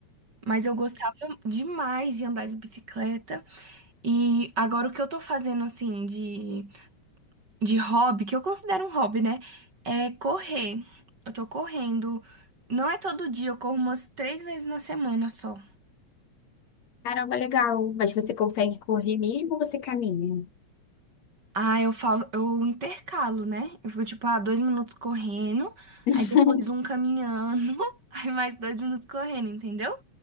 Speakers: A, on the right (about 35°); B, on the left (about 65°).
A: Mas eu gostava demais de andar de bicicleta e agora o que eu tô fazendo assim de de hobby, que eu considero um hobby, né? É correr. Eu tô correndo. Não é todo dia, eu corro umas três vezes na semana só.
B: Caramba, legal. Mas você consegue correr mesmo ou você caminha?
A: Ah, eu falo, eu intercalo, né? Eu fico tipo, ah, dois minutos correndo,
B: <laughs>
A: aí depois um caminhando, <laughs> aí mais dois minutos correndo, entendeu?